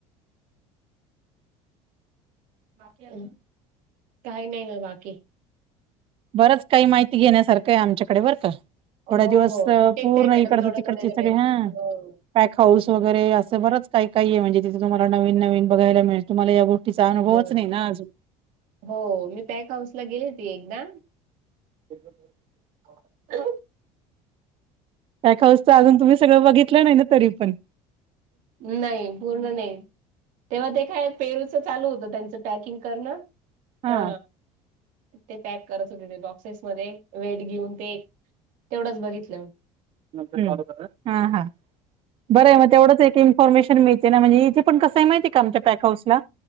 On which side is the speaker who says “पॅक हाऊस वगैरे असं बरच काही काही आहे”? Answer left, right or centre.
Right